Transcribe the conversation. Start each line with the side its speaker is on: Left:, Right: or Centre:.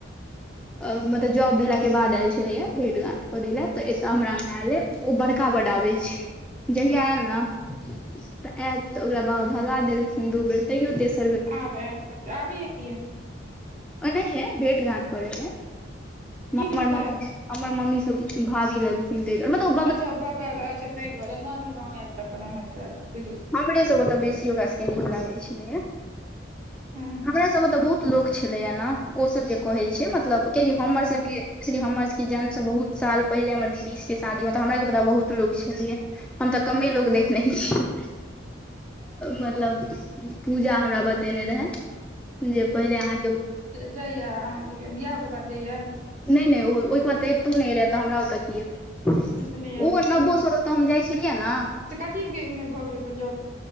Right: <inaudible>
Centre: मतलब जॉब भेलाके बाद आयल छलैए भेट घाट करै लए त एतय हमरा अंगना आयले ओ बड़का बड्ड आबै छै जहिया आयल ने तऽ आयत तऽ ओकरा बाबा भगा देलखिन दू बेर तैयो देश
Right: आब आबैय की य
Centre: ओ नहि ह भेट गाट पड़े रह मर
Right: की रिश्ता
Centre: मम्मी
Right: अइ
Centre: हमर मम्मी सब भारी लग <unintelligible>
Right: अच्छा ओ बगल अच्छा तैय दुआारे नानी गाँव आयल त अपन हमु एत ऐल बुझियौ
Centre: हमरे सब ओतऽ बेसी ओकरा सबके नीक लागै छलैए
Right: गेलियै
Centre: हमरा सब में तऽ बहुत लोक छलैया ने ओ सब जे कहै छै मतलब कियाकि हमर
Right: हँ
Centre: सबके के हमर सब के जन्म से बहुत साल पहिले हमर दीदी शादी में तऽ हमरा के पता बहुत लो छलैे हम तऽ कमे लोग देखने तऽ मतलब पूजा हमरा ब देने रहै जे पहिले अहाँके
Right: जाइया अहाँ के बियाह के बाद जाइया
Centre: नय नय ओ ओहिके बाद तऽ एतो नय एलयै तऽ हमरा ओतऽ की एतै
Right: ओहिसँ नहि आबै
Centre: ओहो
Right: छै
Centre: नब्बो सए त हम जाइ छलियै ने
Right: तऽ कथी भऽ गेल ओ जॉब